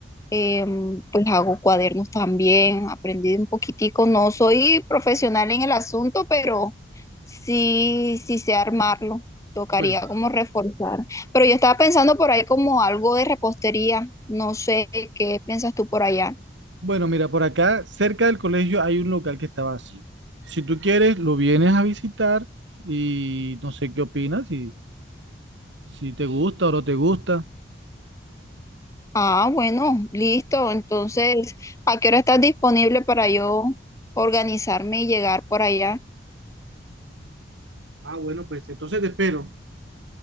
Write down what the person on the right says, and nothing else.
Bueno,
bueno, mira, por acá, cerca del colegio hay un local que está vacío. Si tú quieres, lo vienes a visitar y no sé qué opinas, si, si te gusta o no te gusta.
Ah, bueno, pues entonces te espero.